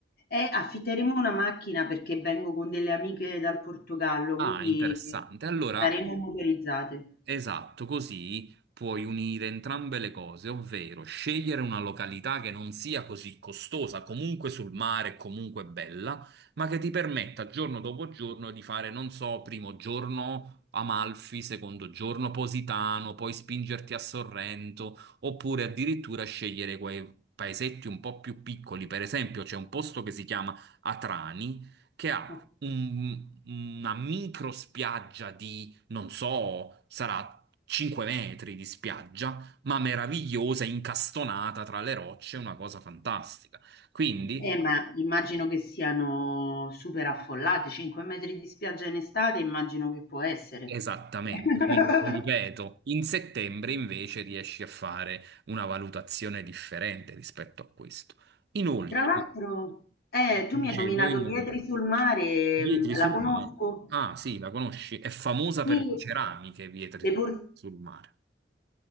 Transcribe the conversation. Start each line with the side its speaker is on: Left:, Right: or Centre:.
Left: Eh, affitteremo una macchina perché vengo con delle amiche dal Portogallo,
Right: Ah,
Left: quindi
Right: interessante. Allora
Left: saremo motorizzate.
Right: Esatto, così puoi unire entrambe le cose, ovvero scegliere una località che non sia così costosa, comunque sul mare, comunque bella, ma che ti permetta giorno dopo giorno di fare, non so, primo giorno Amalfi, secondo giorno Positano, poi spingerti a Sorrento, oppure addirittura scegliere quei paesetti un po' più piccoli. Per esempio, c'è un posto che si chiama Atrani, che ha
Left: Ok.
Right: un- una micro spiaggia di non so, sarà 5 metri di spiaggia, ma meravigliosa, incastonata tra le rocce, una cosa fantastica. Quindi,
Left: Eh, ma immagino che siano super affollate, 5 metri di spiaggia in estate, immagino che può essere.
Right: esattamente,
Left: <laughs>
Right: quindi ti ripeto, in settembre invece riesci a fare una valutazione differente rispetto a questo. Inoltre,
Left: Tra l'altro, eh, tu
Right: dicevo,
Left: mi hai nominato
Right: inoltre,
Left: Vietri sul mare,
Right: Vietri
Left: mm, la
Right: sul
Left: conosco?
Right: mare. Ah, sì, la conosci? È famosa per
Left: Sì,
Right: ceramiche, Vietri
Left: le porzioni
Right: sul mare.